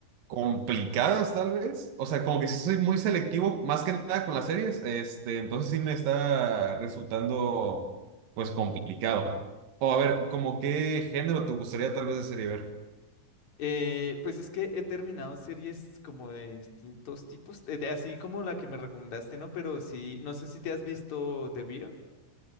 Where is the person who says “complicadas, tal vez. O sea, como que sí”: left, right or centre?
Right